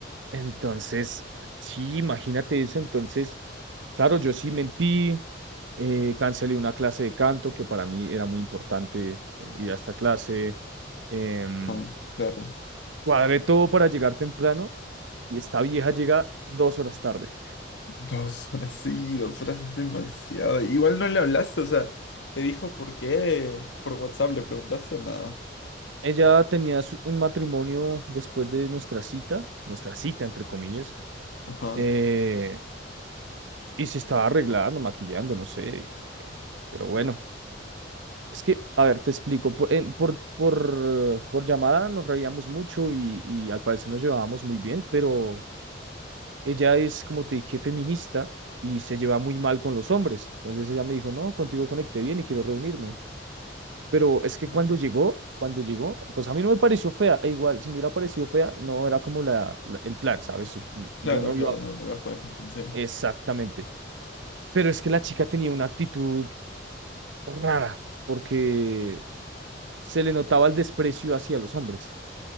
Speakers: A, on the right (about 85°); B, on the left (about 75°).
A: Entonces, sí, imagínate eso. Entonces, claro, yo sí mentí, eh, cancelé una clase de canto que para mí era muy importante eh, ir a esta clase. em,
B: Ajá, claro.
A: cuadré todo para llegar temprano y esta vieja llega dos horas tarde.
B: Dos horas, sí, dos horas es demasiado. Igual no le hablaste, o sea, te dijo por qué. Por WhatsApp le preguntaste o nada.
A: Ella tenía su- un matrimonio después de nuestra cita, nuestra cita entre comillas,
B: Ajá.
A: eh, y se estaba arreglando, maquillando, no sé, eh, pero bueno. Es que, a ver, te explico, por, en- por, por, por llamada nos reíamos mucho y, y al parecer nos llevábamos muy bien, pero ella es, como te dije, feminista y se lleva muy mal con los hombres. Entonces ella me dijo, no, contigo conecté bien y quiero reunirme. Pero es que
B: Mm,
A: cuando llegó, cuando llegó, pues a mí no me pareció fea. E igual, si me hubiera parecido fea, no era como la, la- el plan, ¿sabes? Yo
B: Claro,
A: no
B: claro,
A: iba
B: no, no ibas con esa intención.
A: exactamente. Pero es que la chica tenía una actitud rara, porque se le notaba el desprecio hacia los hombres.